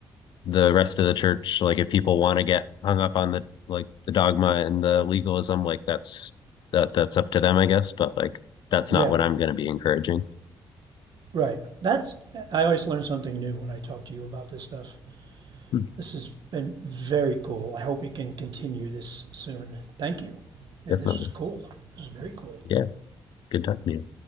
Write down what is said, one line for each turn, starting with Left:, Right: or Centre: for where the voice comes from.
Left: the rest of the church like if people want to get hung up on the like the dogma and the legalism like that's that that's up to them I guess but like that's
Right: yeah.
Left: not what I'm going to be encouraging
Right: Right. That's I always learn something new when I talk to you about this stuff.
Left: Hmm.
Right: This has been very cool. I hope we can continue this soon. Thank you. Man,
Left: definitely
Right: this was cool. This is very cool.
Left: yeah good talking to you